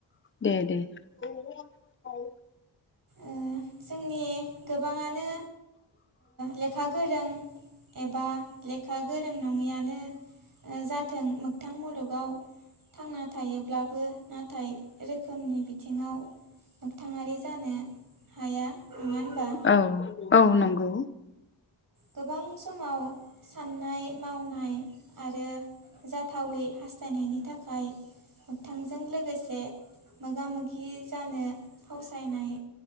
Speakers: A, on the left (about 25°); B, on the right (about 50°).
A: दे <inaudible>
B: ओ जोंनि गोबाङानो लेखा ओ गोरों एबा लेखा गोरों नङिआनो जाथों मोगथां मुलुगाव थांना थायोब्लाबो नाथाय रोखोमनि बिथिङाव मोगथाङारि जानो हाया नङा होनबा
A: औ औ नंगौ।
B: गोबां समाव साननाय मावनाय आरो जाथावै हास्थायनायनि थाखाय मोगथांजों लोगोसे मोगा मोगि जानो फावसायनाय